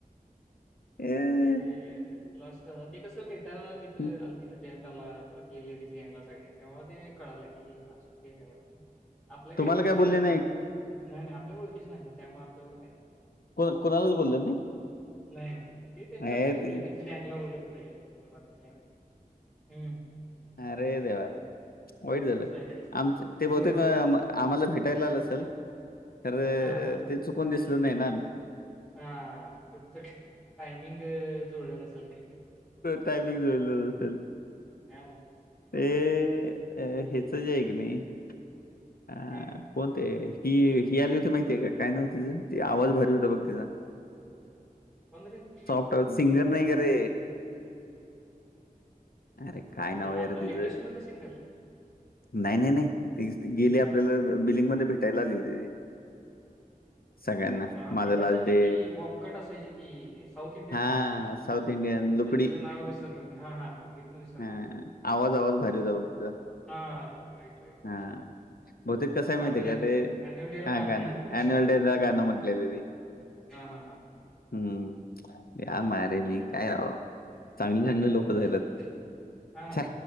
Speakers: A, in the centre; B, on the left.
A: नाही
B: ए
A: ते. लाॉस्ट झाला ते कसं भेटायला तिथं
B: हं,
A: आलती ना जेंट आला पर लेडीज गँंगला सगळ्यात. तेव्हा ते कळालं की हे लास्ट डे आहे वाटत आपल्या
B: तुम्हाला
A: काही ओळखीच
B: काय
A: नाही
B: बोलले
A: त्यामुळे काय नाही नाही आपल्या ओळखीच नाही ना त्यामुळे आपल्यावर काही नाही.
B: को कोणालाच बोलले नाही.
A: नाही नाही नाही ते त्यांच्या
B: नाही
A: आपले
B: ते
A: लेडीज गँगला वगैरे ग हम्
B: अ अरे देवा. वाईट झालं
A: असं आहे ते
B: आमच ते बहुतेक
A: होय
B: आम्हाला भेटायला आलं असल. खरे
A: हां
B: ते चुकून दिसल नाही ना.
A: हा तुमचं टायमिंग जुळलं नसेल काहीतरी
B: टाइमिंग जुळल नसेल.
A: हा ना
B: ते अ ह्याच जे आहे की नाही. अ
A: काय
B: कोण ते ही ही आली होती माहितीय का काय नाव तीच ते आवाज भारी होता बघ तिचा. <inaudible>
A: बंद रे
B: सॉफ्ट सिंगर नाही का रे. अरे काय नाव
A: न-
B: यार
A: आता
B: तिचं
A: लेटेस्ट मध्ये सिंगर
B: नाही नाही नाही. गेले आपल्याला बिल्डिंग मध्ये भेटायला आली होती ती सगळ्यांना
A: अच्छा
B: माझा लाच
A: अच्छा अच्छा,
B: डे
A: ती बॉबकट असायची ती साऊथ इंडियन
B: हा साऊथ इंडियन लुकडी
A: अच्छा तिचं नाव विसरलो मी. हां, हां, हां. मी पण विसरलो
B: ह आवाज आवाज भारी होता तिचा.
A: हा राईट राईट
B: हां, बहुतेक कसं
A: ती
B: आहे
A: गाणं
B: माहिती आहे का ते
A: अॅन्युअल डेला
B: हा गाणं
A: म्हणायची ना?
B: ॲनिमल ॲनिवल डे गाणं म्हंटली होती ती.
A: हा हा हा
B: हम्म आ मर मी काय चांगले-चांगले
A: हा
B: लोकं जाहिरात. छ्या